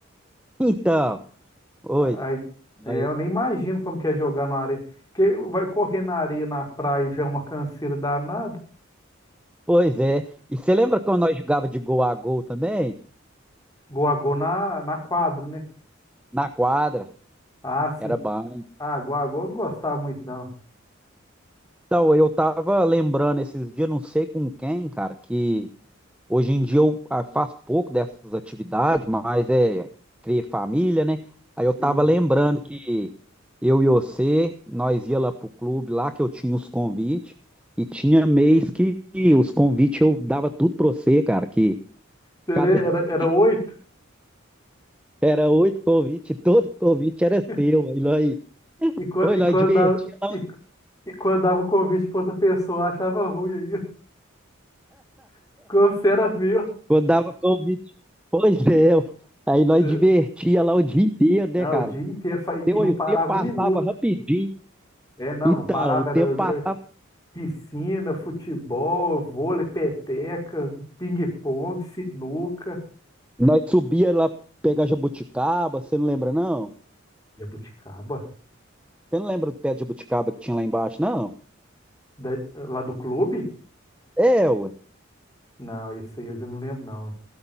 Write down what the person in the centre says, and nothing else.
<laughs> Então, oi.
mas-
pois é. E você lembra quando nós jogava de gol a gol também?
na quadra,
era
bom.
Então, eu tava lembrando esses dias, não sei com quem, cara, que hoje em dia eu ah, faço pouco dessas atividades, mas é criar família, né? Aí eu tava
lembrando que eu e você, nós ia lá pro clube lá que eu tinha os convites e tinha mês que os convites eu dava tudo pra você, cara, que
cada
<laughs>
era oito convites, todo convite era
seu. Aí nós,
oi,
nós
divertia
Quando dava convite. Pois é. <laughs> Aí nós
divertia lá o dia inteiro, né,
cara?
Tem- Olha,
o tempo passava
rapidinho.
Então,
o tempo
passava.
Nós subia lá pegar jabuticaba, você não lembra, não?
Você não lembra do pé de jabuticaba que tinha lá embaixo, não?
É, ué.